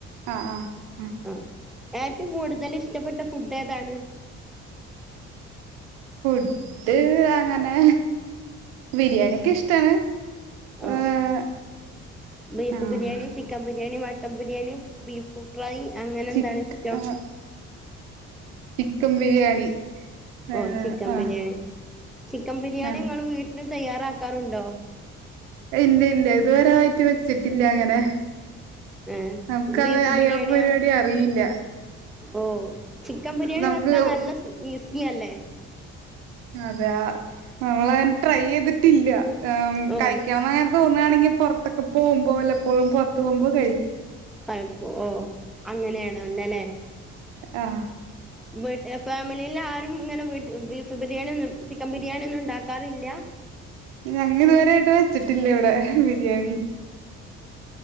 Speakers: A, on the right (about 85°); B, in the centre.
A: ആ ആ ഉം
B: ആ ഏറ്റവും കൂടുതൽ ഇഷ്ടപ്പെട്ട ഫുഡ് ഫുടേതാണ്
A: ഫുഡ് അങ്ങനെ ബിരിയാണിയൊക്കെ ഇഷ്ടാണ്
B: ആ
A: ഏഹ്
B: ബീഫ്
A: ആഹ്
B: biryani chicken biryani mutton biryani beef fry അങ്ങനെ
A: ചിക്ക്
B: എന്താണ് ഇഷ്ടം
A: ആഹ് ചിക്കൻ ബിരിയാണി ഏഹ്
B: ഓ ചിക്കൻ
A: ആഹ്
B: ബിരിയാണി ചിക്കൻ ബിരിയാണി
A: ആഹ്
B: ങ്ങ വ് ത്രി തയ്യാറാക്കാറുണ്ടോ
A: ഇല്ല ഇല്ല ഇത് വരായിട്ട് വെച്ചിട്ടില്ല അങ്ങനെ
B: ഏ
A: നമുക്കത്
B: ബീഫ്
A: അയ്യ
B: ബിരിയാണിയോ
A: പരിപാടി അറിയില്ല
B: ഓ ചിക്കൻ ബിരിയാണി
A: നമുക്ക്
B: വെക്കാൻ നല്ല ഈസി നീയാല്ലേ
A: അതെ ആ നമ്മളങ്ങനെ ട്രൈ ചെയ്തിട്ടില്ല ആം
B: ഓ
A: കഴിക്കാവുന്ന <unintelligible> തോന്നുകയാണെങ്കിൽ പുറത്തൊക്ക പോകുമ്പോ വല്ലപ്പോഴും പുറത്തത്ത് പോകുമ്പോ കഴിക്കും
B: പൈ പോ ഓ അങ്ങനെയാണോ അങ്ങനെ
A: ആ
B: വീട്ട് ഫാമിലിയില് ആരും ഇങ്ങനെ വീട്ട് ബീഫ് ബിരിയാണി ഒന്നും ചിക്കൻ ബിരിയാണി ഒന്നും ഉണ്ടാക്കാറില്ല
A: ഞങ്ങ ത്വരായിട്ട് വെച്ചിട്ടില്ലേ ഇവിടെ ബിരിയാണി